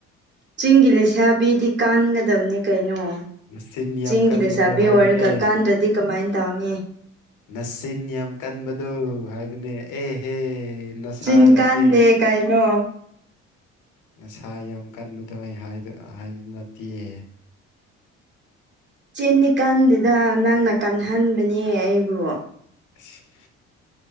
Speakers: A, on the right; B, on the left.
A: ꯆꯤꯡꯒꯤ ꯂꯩꯁꯥ ꯄꯤꯗꯤ ꯀꯥꯟꯒꯗꯕꯅꯦ ꯀꯩꯅꯣ
B: ꯅꯆꯤꯟ ꯌꯥꯝ
A: ꯆꯤꯡꯒꯤ
B: ꯀꯟꯕꯗꯣ
A: ꯂꯩꯁꯦꯕꯤ
B: ꯍꯥꯏꯕꯅꯦ
A: ꯑꯣꯏꯔꯒ ꯀꯥꯟꯗ꯭ꯔ ꯗꯤ ꯀꯃꯥꯏ ꯇꯧꯅꯤ
B: ꯅꯁꯤꯟ ꯌꯥꯝ ꯀꯟꯕꯗꯨ ꯍꯥꯏꯕꯅꯦ ꯑꯦꯍꯦ ꯅꯁꯥ
A: ꯆꯤꯟ
B: ꯅꯠꯇꯦ
A: ꯀꯥꯟꯗꯦ ꯀꯥꯏꯩꯅꯣ
B: ꯅꯁꯥ ꯌꯥꯝ ꯀꯟꯕꯗꯣ ꯑꯩ ꯍꯥꯏꯕ ꯅꯠꯇꯤꯌꯦ
A: ꯆꯤꯟꯅꯤꯀꯥꯟꯗꯨꯗ ꯅꯪꯅ ꯀꯟꯍꯟꯕꯅꯦ ꯑꯩꯕꯨ
B: ꯑꯤꯁ <unintelligible>